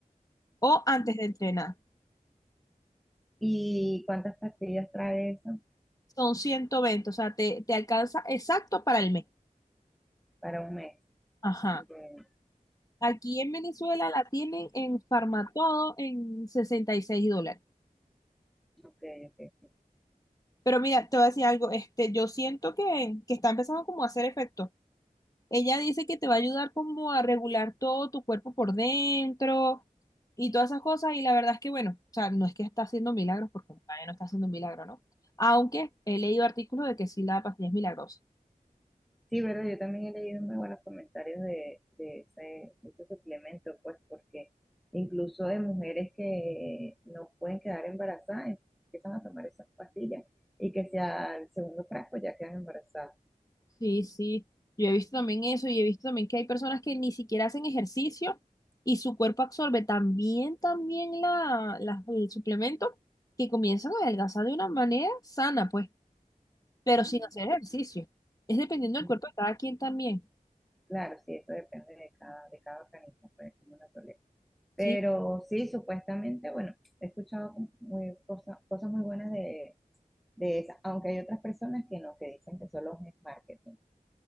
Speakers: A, on the left (about 25°); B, in the centre.
A: o antes de entrenar.
B: ¿Y cuántas pastillas trae eso
A: Son 120, o sea, te, te alcanza exacto para el mes.
B: para un mes?
A: Ajá.
B: Eh,
A: Aquí en Venezuela la tienen en Farmatodo en 66 dólares.
B: ok, ok.
A: Pero mira, te voy a decir algo, este, yo siento que, que está empezando como a hacer efecto. Ella dice que te va a ayudar como a regular todo tu cuerpo por dentro y todas esas cosas. Y la verdad es que, bueno, o sea, no es que está haciendo milagros, porque todavía no está haciendo milagro, ¿no? Aunque he leído artículos de que sí la pastilla es milagrosa.
B: Sí, verdad, yo también he leído muy buenos comentarios de, de ese, de ese suplemento, pues porque incluso de mujeres que no pueden quedar embarazadas, empiezan a tomar esas pastillas y que sea el segundo frasco ya quedan embarazadas.
A: Sí, sí, yo he visto también eso y he visto también que hay personas que ni siquiera hacen ejercicio y su cuerpo absorbe también, también la, la- el suplemento que comienzan a adelgazar de una manera sana, pues, pero
B: Mm,
A: sin hacer ejercicio. Es dependiendo del
B: mm,
A: cuerpo de cada quien también,
B: Claro, sí, eso depende de cada, de cada organismo, pues como la tolera.
A: ¿sí?
B: Pero sí, supuestamente, bueno, he escuchado muy, cosas, cosas muy buenas de, de esas, aunque hay otras personas que no, que dicen que solo es marketing.